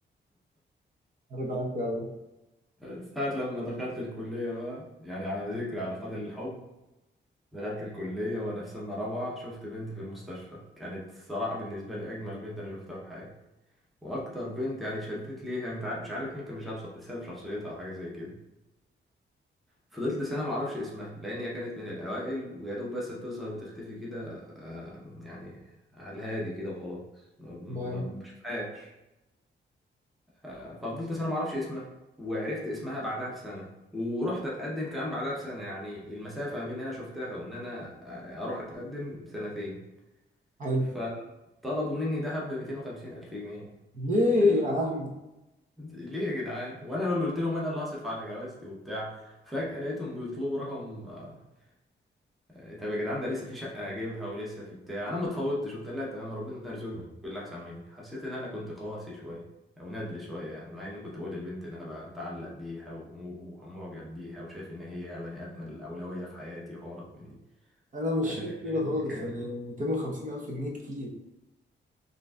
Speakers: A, on the right; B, in the centre.
A: رجعت قوي
B: ساعة لما دخلت الكلية بقى يعني على ذكر علاقات الحب دخلت الكلية وأنا في سنة رابعة شفت بنت في المستشفى كانت الصراحة بالنسبة لي أجمل بنت أنا شفتها في حياتي وأكتر بنت يعني اتشدت ليها متع- مش عارف يمكن بشاب- بسبب شخصيتها أو حاجة زي كده فضلت سنة معرفش اسمها لأن هي كانت من الأوائل ويا دوب بس بتظهر وتختفي كده آه، يعني على الهادي كده وخلاص ما ما
A: تمام
B: ما بشوفهاش آه، ففضلت سنة معرفش اسمها وعرفت اسمها بعدها بسنة ورحت اتقدم كمان بعدها بسنة يعني المسافة ما بين ان انا شفتها وان انا آه، اروح اتقدم سنتين
A: حلو
B: فطلبوا مني دهب ب 250 الف جنيه
A: ليه
B: قمت قايل لهم،
A: يا عم
B: ليه يا جدعان وانا اللي قلت لهم انا اللي هصرف على جوازتي وبتاع فجأة لقيتهم بيطلبوا رقم آه، آه، طب يا جدعان ده لسه في شقة هجيبها ولسه في بتاع أنا ما اتفوضتش قمت قال لا تمام ربنا يرزقك باللي أحسن مني حسيت إن أنا كنت قاسي شوية أو نادل شوية يعني مع إني كنت بقول للبنت إن أنا بقى متعلق بيها و- ومعجب بيها وشايف إن هي بني آدم الأولوية في حياتي وحوارات من دي
A: انا مش
B: عارف
A: شايف
B: أنت الكلام
A: كده خالص
B: الكلام
A: يعني
B: ده
A: 250 الف جنيه كتير